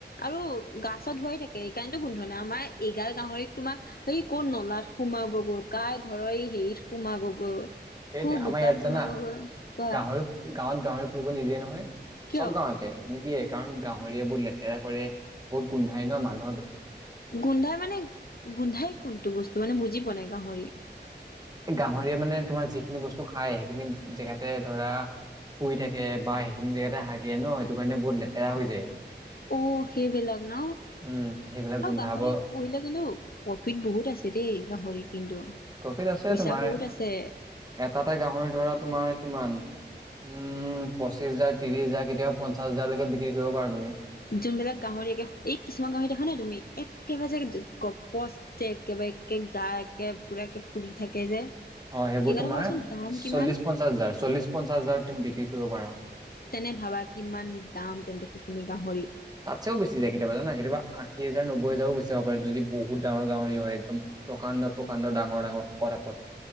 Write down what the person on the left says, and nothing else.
আৰু গা চা ধোৱাই থাকে সেইকাৰণেতো গোন্ধৱা নাই, আমাৰ এইগাল গাহৰিক তোমাৰ', ই কৰ নলাত সোমাবগৈ, কাৰ ঘৰৰ এই হেৰিত সোমাবগৈ',
কো বোকাৰ
সোমাবগৈ,
কোৱা',
কিয়
গোন্ধাই মানে', গোন্ধাই কোনটো বস্তু মানে বুজি পোৱা নাই গাহৰিৰ',
অ', সেইবিলাক ন
আৰু
গাহৰি', পুহিলে কিন্তু প্ৰফ্টিট বহুত আছে দেই গাহৰিৰ কিন্তু',
পইচা
বহুত আছে
যোনবিলাক গাহৰি একে এই কিছুমান গাহৰি দেখা নাই তুমি একেবাৰে যে গপচ', যে একেবাৰে একে গা একে পুৰা একে ফুলি থাকে যে?
সেইকাৰণে
ভাবাচোন দাম
কিমান
তেনে ভাবা', কিমান দাম তেন্তে সেইখিনি গাহৰি',